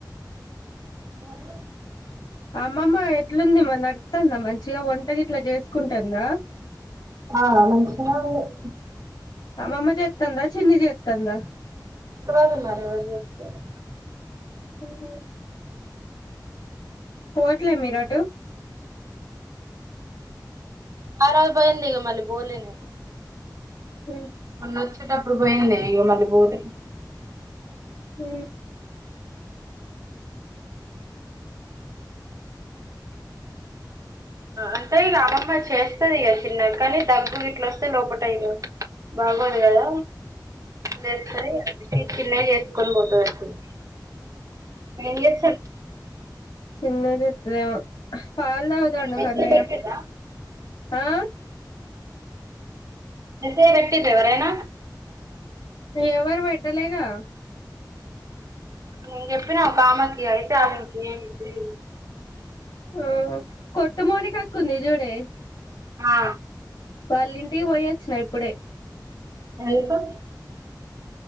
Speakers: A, on the right (about 45°); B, on the left (about 65°).
A: <inaudible>
B: అమ్మమ్మ ఎట్లుంది మరి నడుస్తుందా మంచిగా వంటగిట్లా చేసుకుంటుందా
A: ఆ మంచిగా ఉంది
B: అమ్మమ్మ చేతనంద చిన్ని చేతంద
A: <unintelligible>
B: హ పోట్లే మీరు ఆటు
A: ఆ రోజు బోయింది గా మళ బోలే న
B: ఆ
A: మొన్న వచ్చేటపుడు బోయిందే ఇగ మల్లి. బోలే
B: ఉ
A: అంటే ఇగా అమ్మమ్మ చేస్త. సరిగా కానీ దగ్గు గిట్లస్తే లోపట అయ బాగుదిగాద లేస్తది అ చిన్న చేస్త కోన్ పోతది ఏం చెస్
B: చిన్నది ఏమో పాలు తాగుతాండు
A: మెసేజ్
B: కన్నయ్య.
A: పెట్టిర్రా
B: ఆ
A: మెసేజ్ పెట్టిర్రవరైనా.
B: ఎవరు పెట్టేలేగా.
A: నేను చెప్పిన ఒక ఆమెకి అయితే ఆమెకి ఇయ్
B: ఆ కొట్టు మౌనికక్క ఉంది జూడే.
A: ఆ
B: వాళ్ళింటికి పోయొచ్చిన ఇప్పుడే
A: ఎందుకు